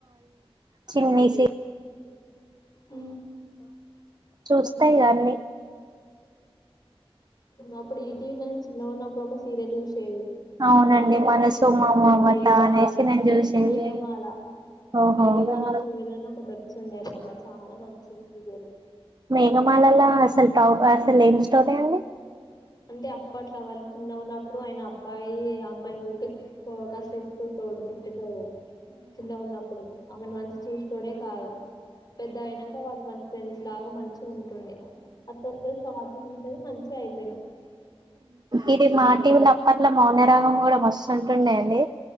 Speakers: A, on the right; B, on the left.
A: <inaudible> చిన్న స
B: అ
A: చూస్తాయి అన్ని
B: అప్పుడు ఈటీవీలో నేను చిన్నగా ఉన్నప్పుడు ఒక సీరియల్ చూసేది
A: అవునండి
B: మంచి అనిపిస్తుంది
A: మనసు మమమత
B: పేరు మేఘమాల
A: అనేసి నేను చూసేది
B: మేఘమాల
A: ఓహో
B: మేఘమాల సీరియల్ అని ఒకటి వచ్చిండే అప్పట్లో చాలా మంచిది సీరియల్
A: మేఘమాలలో అసలు కా అసలు <unintelligible> అండి
B: అంటే అప్పట్లో వాళ్ళు చిన్నగా ఉన్నప్పుడు ఆయన అబ్బాయి అమ్మాయి వంక <unintelligible> తోడు తిట్టే టోడు చిన్నగా ఉన్నప్పుడు, ఆమెను మంచి చూసి టోడే కాదు, పెద్ద అయినాక వాళ్ళు మంచి ఫ్రెండ్స్ లాగా మంచిగా ఉంటుండే, అది తొందర షాట్ ఉంటుంది మంచిగా అయిపో
A: ఇది మా
B: సీరియల్
A: టివిలా అప్పట్లా మౌనరగం కూడా మస్త్ <unintelligible>